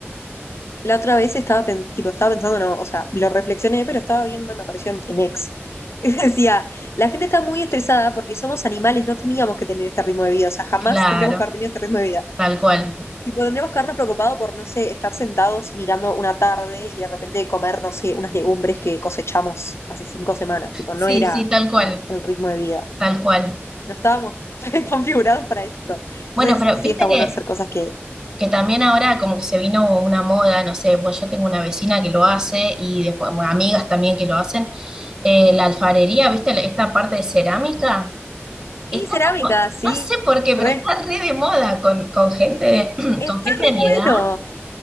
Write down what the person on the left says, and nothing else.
la otra vez estaba, pen- tipo, estaba pensando, no, o sea, lo reflexioné, pero estaba viendo, y me apareció en, en X. <laughs> Y decía, la gente está muy estresada porque somos animales, no teníamos que tener este ritmo de vida, o sea, jamás
tendríamos que haber tenido este ritmo de vida.
Tipo, tendríamos que habernos preocupado por, no sé, estar sentados mirando una tarde y de repente comer, no sé, unas legumbres que cosechamos hace cinco semanas. Tipo,
no era
como el ritmo de vida.
No estábamos <laughs> configurados para esto.
Entonces,
sí
está bueno
hacer cosas que...
Sí, cerámica,
sí.
Re.
Está
re
bueno.